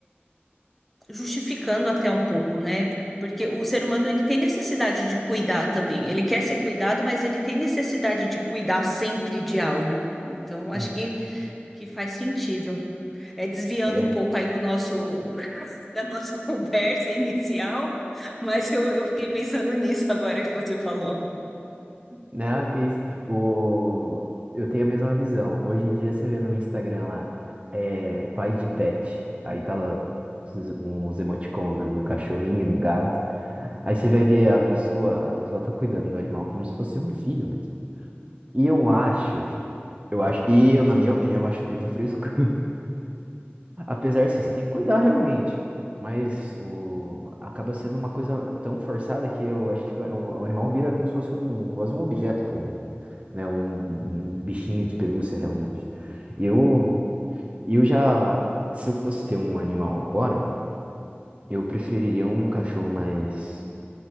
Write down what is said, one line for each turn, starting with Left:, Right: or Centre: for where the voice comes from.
Centre: justificando até um pouco, né? Porque o ser humano ele tem necessidade de cuidar também. Ele quer ser cuidado, mas ele tem necessidade de cuidar sempre de algo. Então, acho
Right: uhum.
Centre: que, que faz sentido. É desviando
Right: É.
Centre: um pouco aí do nosso da nossa <laughs> conversa inicial, mas eu, eu fiquei pensando nisso agora que você falou.
Right: Não, que isso. O... Eu tenho a mesma visão. Hoje em dia você vê no Instagram lá, é pai de pet. Aí tá lá uns uns emoticons, né, do cachorrinho, do gato. Aí você vai ver a pessoa, a pessoa tá cuidando do animal como se fosse um filho mesmo. E eu acho, eu acho, e eu, na minha opinião, eu acho muita frescura. Apesar, sim, você tem que cuidar realmente. Mas o... acaba sendo uma coisa tão forçada que eu acho que o, o animal vira como se fosse um, quase um objeto, pô, um, né? Um, um bichinho de pelúcia, realmente. Eu, eu já, se eu fosse ter um animal agora, eu preferiria um cachorro mais,